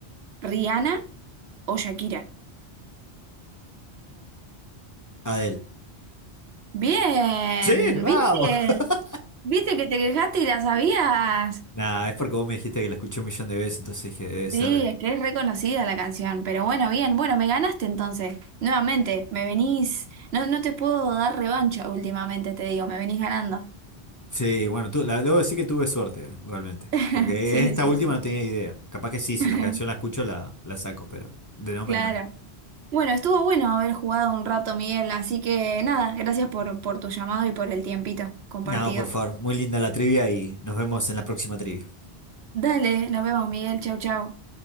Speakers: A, on the right (about 75°); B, on the left (about 20°).
A: Rihanna o Shakira.
B: Adele.
A: Bien,
B: Sí, vamos.
A: ¿viste?
B: <laughs>
A: ¿Viste que te quejaste y la sabías?
B: Nah, es porque vos me dijiste que la escuché un millón de veces, entonces dije, debe ser.
A: Sí, es que es reconocida la canción, pero bueno, bien, bueno, me ganaste entonces. Nuevamente, me venís, no, no te puedo dar revancha últimamente, te digo, me venís ganando.
B: Sí, bueno, tú, la, debo decir que tuve suerte, realmente.
A: <laughs>
B: Porque
A: Sí,
B: esta
A: sí,
B: última
A: sí.
B: no tenía idea. Capaz que sí, si
A: <laughs>
B: la canción la escucho, la, la saco, pero de nombre
A: Claro.
B: no.
A: Bueno, estuvo bueno haber jugado un rato, Miguel, así que nada, gracias por, por tu llamado y por el tiempito compartido.
B: No, por favor, muy linda la trivia y nos vemos en la próxima trivia.
A: Dale, nos vemos, Miguel. Chau, chau.